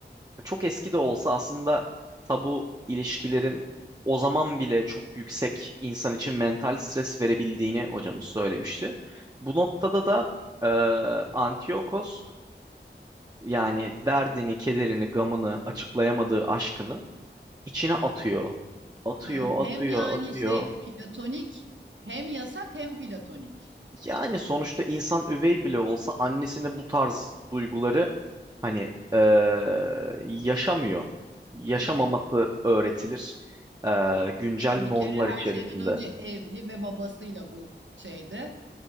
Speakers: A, on the right; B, on the right.
A: çok eski de olsa aslında tabu ilişkilerin o zaman bile çok yüksek insan için mental stres verebildiğini hocamız söylemişti. Bu noktada da e, Antiyokos Yani derdini, kederini, gamını, açıklayamadığı aşkını içine atıyor. Atıyor,
B: Tamam. Hem
A: atıyor,
B: yani
A: atıyor.
B: şey platonik hem yasak hem platonik.
A: Yani sonuçta insan üvey bile olsa annesine bu tarz duyguları hani eee, yaşamıyor. Yaşamaması
B: Tabii.
A: öğretilir eee, güncel
B: Yani
A: normlar
B: bir kere her
A: içerisinde.
B: şeyden önce evli ve babasıyla bu şeyde